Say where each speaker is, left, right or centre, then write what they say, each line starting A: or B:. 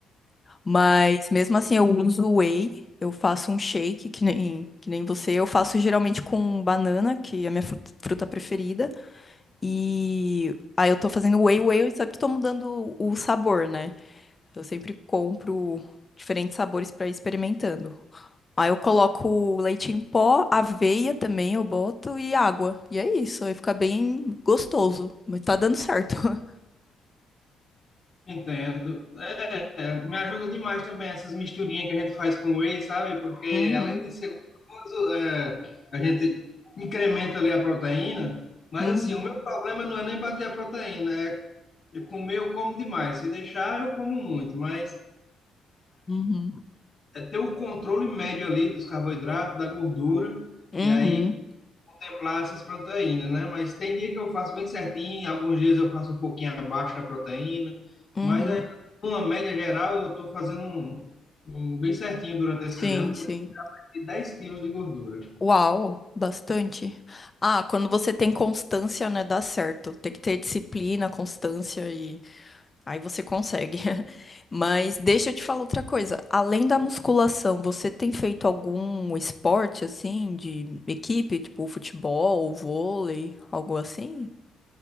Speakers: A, on the left; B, on the left.
A: Mas mesmo assim, eu uso whey. Eu faço um shake, que nem, que nem você. Eu faço geralmente com banana, que é a minha fru- fruta preferida. E aí eu tô fazendo whey, whey, eu sempre tô mudando o sabor, né? Eu sempre compro diferentes sabores pra ir experimentando. Aí eu coloco leite em pó, aveia também eu boto e água. E é isso, aí fica bem gostoso. Mas tá dando certo. <laughs>
B: entendo. É, me ajuda demais também essas misturinhas que a gente faz com whey, sabe? Porque
A: Uhum,
B: além de ser gostoso, é, a gente incrementa ali a proteína, mas
A: uhum,
B: assim, o meu problema não é nem bater a proteína, é de comer eu como demais. Se deixar, eu como muito, mas
A: uhum,
B: é ter o controle médio ali dos carboidratos, da gordura,
A: uhum,
B: e aí contemplar essas proteínas, né? Mas tem dia que eu faço bem certinho, alguns dias eu faço um pouquinho abaixo da proteína,
A: uhum.
B: mas aí, numa média geral, eu estou fazendo um, um bem certinho durante esse
A: Sim,
B: ano,
A: sim.
B: por aí de 10 quilos de gordura.
A: Uau, bastante. Ah, quando você tem constância, né, dá certo. Tem que ter disciplina, constância e Aí você consegue. <laughs> Mas deixa eu te falar outra coisa. Além da musculação, você tem feito algum esporte assim de equipe, tipo futebol, vôlei, algo assim?